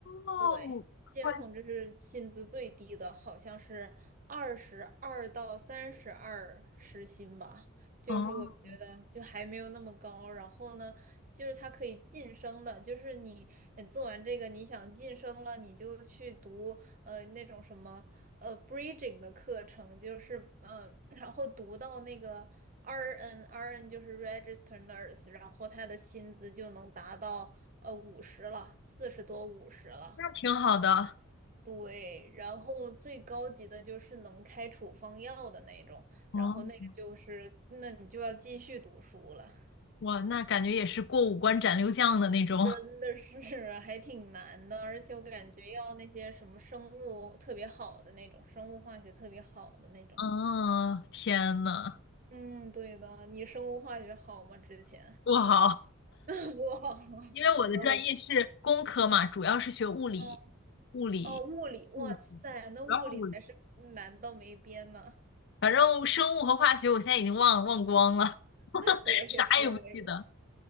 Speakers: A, on the left (about 50°); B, on the right (about 35°).
A: 哦，
B: 对，建从这是薪资最低的，
A: 会，
B: 好像是二十二到三十二时薪吧，就是我觉得就还没有那么高。
A: 哦，
B: 然后呢，就是他可以晋升的，就是你呃做完这个，你想晋升了，你就去读呃那种什么呃 bridging 的课程，就是嗯、呃然后读到那个 RN RN 就是 registered nurse，然后他的薪资就能达到呃五十了，四十多五十了。
A: 那挺好的。
B: 对，然后最高级的就是能开处方药的那种，
A: 哦，
B: 然后那个就是，那你就要继续读书了，
A: 哇，那感觉也是过五关斩六将的那种。
B: <laughs> 真的是
A: <laughs>
B: <laughs> 还挺难的，而且我感觉要那些什么生物特别好的那种，生物化学特别好的那种。
A: 嗯，天呐，
B: 嗯，对的，你生物化学好吗？之前
A: 不好，
B: <laughs> 不好，
A: 因为我的专业是工科嘛，
B: <laughs> 没有。
A: 主要是学物理，
B: 哦
A: 物理。
B: 哦，物理，哇塞，
A: 物理。
B: 那物理才是难到没边呢。
A: 主要是物理。反正生物和化学我现在已经忘忘光了，
B: <laughs>
A: <laughs>
B: 我也是，
A: 啥也不记得。
B: 我也。